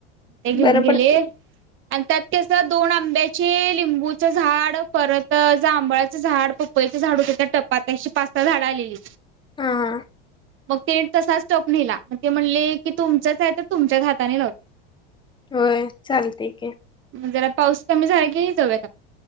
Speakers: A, on the right; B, on the left.
A: ते घेऊन
B: बरं
A: गेले
B: पडतंय
A: आणि त्यात कसं, दोन आंब्याची, लिंबूचं झाड परत जांभळाचं झाड, पपईचे झाड होतं त्या टपात, अशी पाच सहा झाडं आलेली
B: हा हा
A: मग ते तसाच टोप नेला मग ते म्हणले की तुमचंच आहे तर तुमच्याच हाताने लाव
B: होय, चालतंय की
A: जरा पाऊस कमी झाला की, जाऊयात आपण